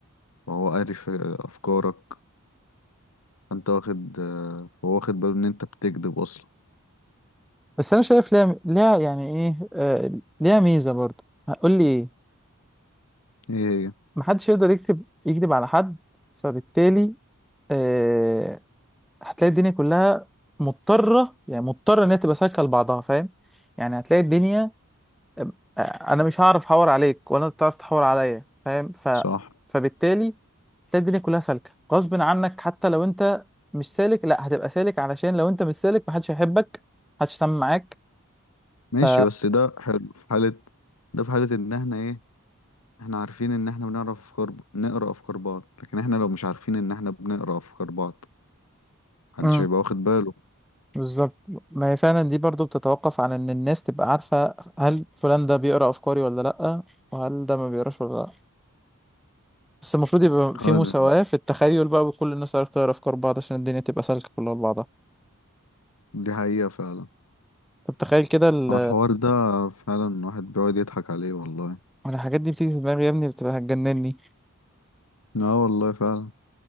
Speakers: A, on the left; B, in the centre.
A: وهو عارف آه، افكارك انت واخد آه، هو واخد باله ان انت بتكذب اصلا
B: بس أنا شايف ليها ليها يعني إيه آه ليها ميزة برضه هقول لي إيه
A: ايه هي
B: محدش يقدر يكتب يكذب على حد فبالتالي آه، هتلاقي الدنيا كلها مضطرة يعني مضطرة إن هي تبقى سالكة لبعضها فاهم يعني هتلاقي الدنيا أم- أنا مش هعرف أحور عليك ولا أنت تعرف تحور عليا فاهم ف...
A: صح
B: فبالتالي تلاقي الدنيا كلها سالكة غصب عنك حتى لو أنت مش سالك لا هتبقى سالك علشان لو أنت مش سالك محدش هيحبك محدش هيتعامل معاك
A: ماشي
B: ف
A: بس ده حلو في حالة ده في حالة ان احنا ايه احنا عارفين ان احنا بنعرف افكار ب... نقرا افكار بعض لكن احنا لو مش عارفين ان احنا بنقرا افكار بعض محدش
B: امم
A: هيبقى واخد باله
B: بالظبط ما هي فعلا دي برضو بتتوقف عن إن الناس تبقى عارفة هل فلان ده بيقرأ أفكاري ولا لأ وهل ده ما بيقراش ولا لأ بس المفروض يبقى في
A: اه
B: مساواة
A: ده
B: في التخيل بقى وكل الناس عارفة تقرا أفكار بعض عشان الدنيا تبقى سالكة كلها لبعضها
A: دي حقيقة فعلا
B: طب تخيل كده ال
A: هو الحوار ده فعلا الواحد بيقعد يضحك عليه والله
B: أنا الحاجات دي بتيجي في دماغي يا ابني بتبقى هتجنني
A: اه والله فعلا